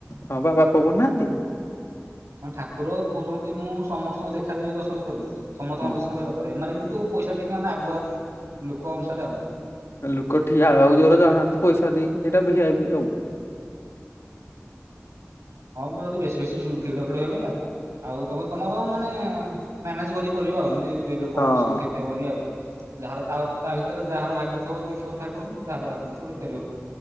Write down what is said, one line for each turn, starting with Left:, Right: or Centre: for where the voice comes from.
Left: ହଁ ବା ବାପା ବୋଉ ନାହାନ୍ତି।
Right: ମୁଁ ଠାକୁର କହୁଛନ୍ତି ମୁଁ ସମସ୍ତଙ୍କୁ ଦେଖାଦେବି ଦର୍ଶନ କରିବି, ସମସ୍ତଙ୍କର
Left: ହୁଁ
Right: ଦର୍ଶନ କରିବା ଏମାନେ କିନ୍ତୁ ପଇସା ଦେଇକି ମାନେ ଆଗୁଆ ଲୋକ ଅନୁସାରେ ଆଉ।
Left: ଲୋକ ଠିଆ ହେବାକୁ ଜୋରରେ ଚାହୁନାହାନ୍ତି ପଇସା ଦେଇକି ସେଇଟା ଭିଆଇପି ଆଉ।
Right: ହଁ ଯଦି ବେଶୀ ବେଶୀ ଭିଡ ଫିଡ ହେଇଗଲା ଆଉ ତମେ ତମର ମାନେ ମ୍ୟାନେଜ କରିକି କରିବ ଆଉ। ଏମତି ଲୋକଙ୍କ
Left: ହଁ।
Right: କିଛି କ୍ଷତି ହବନି ଆଉ। ଯାହାର ତା ଭିତରେ ଯାହାର ଭାଗ୍ୟ ଥିବ ବୋଲି ଦେଖିବ ଠାକୁରଙ୍କୁ, ଯାହାର ଭାଗ୍ୟ ନଥିଵ ଦେଖି ପାରିବନି।